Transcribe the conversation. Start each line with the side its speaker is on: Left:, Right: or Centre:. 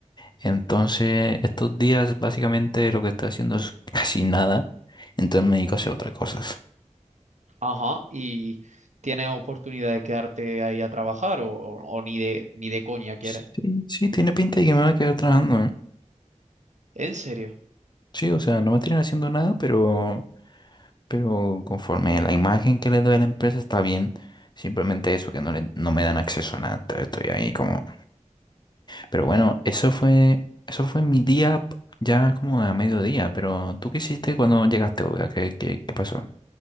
Left: Entonces, estos días básicamente lo que estoy haciendo es casi nada, entonces me dedico a hacer otras cosas.
Right: Ajá, y tienes oportunidad de quedarte ahí a trabajar o, o- o ni de, ni de coña quieres.
Left: Sí, sí, tiene pinta de que me voy a quedar trabajando, ¿eh?
Right: ¿En serio?
Left: Sí, o sea, no me tienen haciendo nada, pero, pero conforme la imagen que le doy a la empresa está bien. Simplemente eso, que no, le- no me dan acceso a nada. Entonces estoy ahí como Pero bueno, eso fue, eso fue mi día p- ya como a mediodía, pero ¿tú qué hiciste cuando llegaste, Olga? ¿Qué, qué, qué pasó?